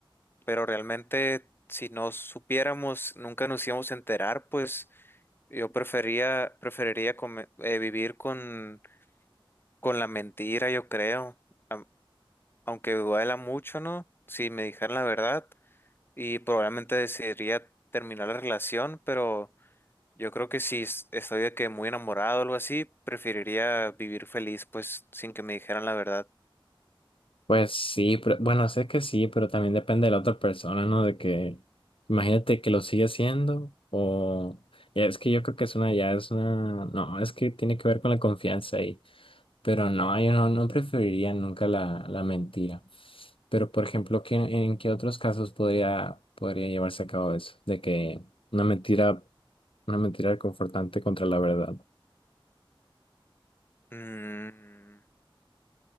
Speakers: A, on the left (about 25°); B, on the left (about 75°).
A: pero realmente si no supiéramos, nunca nos íbamos a enterar, pues yo prefería, preferiría come- eh, vivir con, con la mentira, yo creo, am- aunque duela mucho, ¿no? Si me dijeran la verdad y probablemente decidiría terminar la relación, pero yo creo que si es- estoy de que muy enamorado o algo así, preferiría vivir feliz, pues sin que me dijeran la verdad.
B: Pues sí, pero bueno, sé que sí, pero también depende de la otra persona, ¿no? De que, imagínate que lo sigue haciendo o... ya, Es que yo creo que es una, ya es una... No, es que tiene que ver con la confianza ahí. Pero no, yo no, no preferiría nunca la, la mentira. Pero, por ejemplo, ¿qué, en qué otros casos podría, podría llevarse a cabo eso? De que una mentira, una mentira reconfortante contra la verdad.
A: Mm,